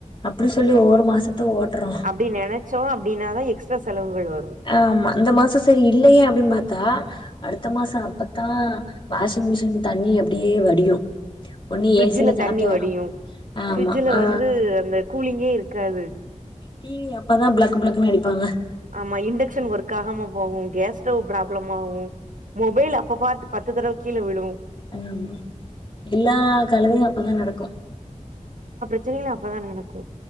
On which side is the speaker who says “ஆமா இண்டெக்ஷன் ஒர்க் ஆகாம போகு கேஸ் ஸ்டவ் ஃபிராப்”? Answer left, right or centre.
Right